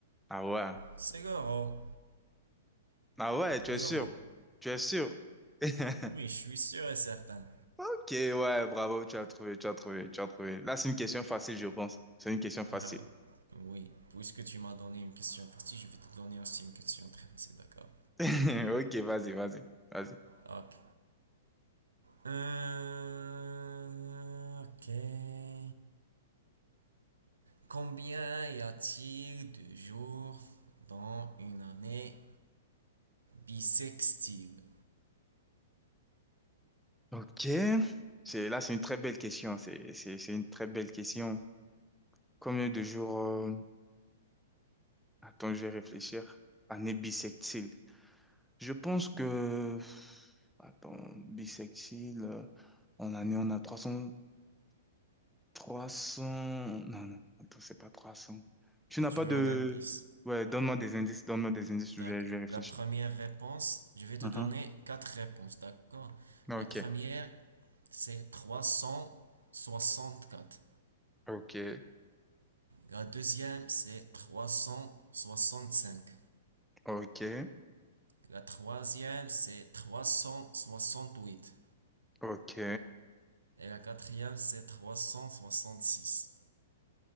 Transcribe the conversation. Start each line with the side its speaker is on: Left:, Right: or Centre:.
Centre: Ah ouais.
Right: C'est l'euro.
Centre: Ah ouais, tu
Right: L'euro.
Centre: es sûr? Tu es sûr? <laughs>
Right: Oui, je suis sûr et certain.
Centre: Ok, ouais, bravo, tu as trouvé, tu as trouvé, tu as trouvé. Là, c'est une question facile, je pense. C'est une question facile.
Right: Ah, oui. Puisque tu m'as donné une question facile, je vais te donner aussi une question très facile, d'accord?
Centre: <laughs> Ok, vas-y, vas-y, vas-y.
Right: Ok. Euh, ok. Combien y a-t-il de jours dans une année bisextile?
Centre: Ok, c'est là c'est une très belle question, c'est c'est c'est une très belle question. Combien de jours euh, attends, je vais réfléchir. Année bissextile. Je pense que attends, bissextile euh, en année on a trois cents... trois 300 non non, attends, c'est pas 300. Tu n'as
Right: Tu
Centre: pas
Right: veux
Centre: de
Right: un indice?
Centre: ouais, donne-moi des indices, donne-moi des indices, je
Right: D'accord.
Centre: vais, je vais réfléchir.
Right: La première réponse, je vais te
Centre: Mhm.
Right: donner quatre réponses, d'accord?
Centre: Ok.
Right: La première, c'est trois cent soixante-quatre.
Centre: Ok.
Right: La deuxième, c'est 365.
Centre: Ok.
Right: La troisième, c'est 368.
Centre: Ok.
Right: Et la quatrième, c'est 366.